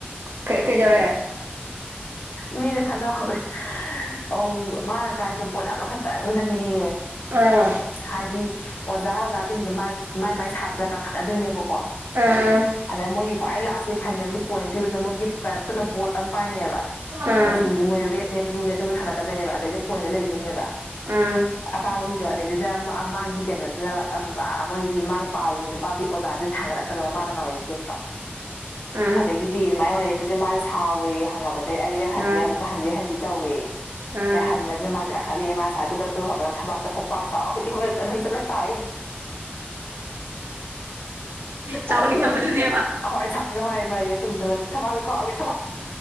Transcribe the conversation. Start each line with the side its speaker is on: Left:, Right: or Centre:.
Right: ꯀꯩ ꯀꯩꯗꯧꯔꯦ
Left: ꯃꯤꯗ ꯈꯠꯅ ꯍꯧ ꯑꯧ ꯃꯥꯅ ꯇꯥꯏꯗꯣ ꯄꯣꯟ ꯑꯃꯈꯛꯇꯪꯗꯅꯦꯌꯦ
Right: ꯑꯥ
Left: ꯍꯥꯏꯗꯤ ꯑꯣꯖꯥ ꯑꯣꯖꯥꯖꯤꯡꯖꯦ ꯃꯥ ꯃꯥꯏ ꯃꯥꯏ ꯁꯥꯇ꯭ꯔ ꯀꯟꯈꯠꯅꯗꯣꯏꯅꯦꯕꯀꯣ
Right: ꯑꯥ
Left: ꯑꯗ ꯃꯣꯏꯒꯤ ꯈ꯭ꯋꯥꯏ ꯂꯥꯁꯀꯤ ꯐꯟꯗꯦꯜꯒꯤ ꯄꯣꯏꯟ ꯄꯤꯕꯗꯣ ꯃꯣꯏꯒꯤ ꯀꯩꯅꯣ ꯈꯨꯠꯅ ꯕꯣꯠ ꯑꯃ ꯄꯥꯏꯅꯦꯕ
Right: ꯑꯥ
Left: ꯃꯆꯨꯖꯤ
Right: ꯑꯥ
Left: ꯃꯣꯏ ꯔꯦꯠꯅꯦ ꯕ꯭ꯂꯨꯅꯦ ꯑꯗꯨꯝꯕ ꯊꯥꯡꯒꯠꯀꯗꯣꯏꯅꯦꯕ ꯑꯗꯩꯗ ꯄꯣꯏꯟꯗꫭ ꯂꯩꯗꯣꯏꯅꯦꯕ
Right: ꯑꯥ
Left: ꯑꯀꯥꯕ ꯃꯤꯗꯣ ꯑꯗꯩꯗꯨꯗ ꯃꯥꯒꯤ ꯀꯩꯅꯣꯗꯨꯗ ꯑꯝ ꯑꯥ ꯃꯣꯏ ꯃꯥꯒ ꯄꯥꯔꯤꯕ ꯅꯨꯄꯥꯗꯨ ꯑꯣꯖꯥꯥꯖꯤ ꯊꯥꯡꯒꯠꯂꯛꯇ꯭ꯔꯕ ꯃꯥꯅ ꯃꯔꯩ ꯌꯦꯠꯄ
Right: ꯑꯥ
Left: ꯑꯗꯒꯤ ꯗꯤ ꯑꯗꯨꯃꯥꯏꯅꯔꯛꯄꯁꯦ ꯃꯥꯅ ꯁꯥꯎꯋꯦꯌꯦ ꯈꯪꯉꯕ ꯑꯗꯩ ꯑꯅꯤꯔꯛ ꯍꯟꯖꯦ
Right: ꯑꯥ
Left: ꯑꯃꯨꯛꯀ ꯍꯟꯖꯤ ꯍꯟꯖꯤ ꯇꯧꯋꯦꯌꯦ
Right: ꯑꯥ
Left: ꯑꯗꯩ ꯍꯟꯕꯁꯤꯅ ꯃꯥꯁꯦ ꯀꯥꯈꯠꯂꯦ ꯃꯥꯁꯦ ꯑꯗꯨꯒꯗꯗꯅ ꯊꯕꯥꯛꯇ ꯈꯣꯡꯄꯥꯡ ꯑꯗꯩ ꯆꯠꯂ ꯇꯥꯏ
Right: ꯆꯥꯎꯅꯤꯡꯉꯕꯗꯨꯅꯦꯕ
Left: ꯑꯗꯨ ꯍꯧꯖꯤ ꯍꯣꯏ ꯅ ꯍꯣꯏ ꯃꯩꯗ ꯄꯨ ꯊꯕꯛꯇ ꯀꯥꯎꯑꯒꯦ